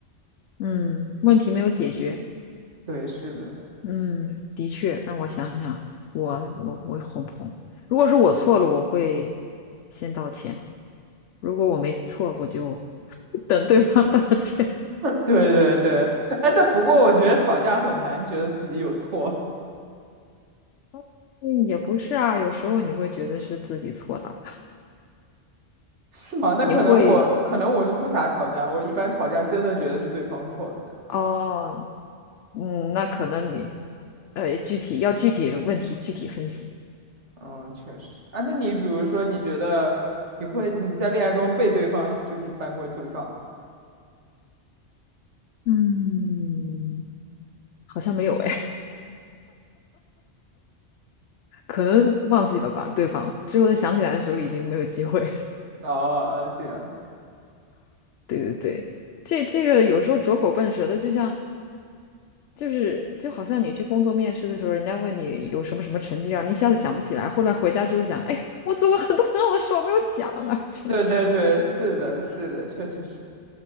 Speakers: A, on the left; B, on the right.
A: 嗯，问题没有解决。
B: <laughs> 对，是的。
A: 嗯，的确，让我想想，我我我哄不哄？如果是我错了，我会先道歉；如果我没错，我就 <laughs> 等对方道歉。
B: 对对对，哎，但不过我觉得吵架很难觉得自己有错，
A: <laughs> 嗯，也不是啊，有时候你会觉得是自己错了，
B: <laughs> 是吗？那可能我可能我是不咋吵架，
A: 也会
B: 我一般吵架真的觉得是对方错了，这样。
A: 哦，嗯，那可能你呃，具体要具体问题具体分析。
B: 嗯，确实。啊，那你比如说，你觉得你会你在恋爱中被对方就是翻过旧账吗？
A: 嗯，好像没有哎，可能忘记了吧，对方之后再想起来的时候已经没有机会。
B: 哦，呃这样。
A: <laughs> 对对对。这这个有时候拙口笨舌的，就像就是就好像你去工作面试的时候，人家问你有什么什么成绩，让你一下子想不起来，后来回家之后想，哎，我做过很多很好的事，我没有讲啊，<laughs> 真是
B: 对对对，是的，是的，确实是。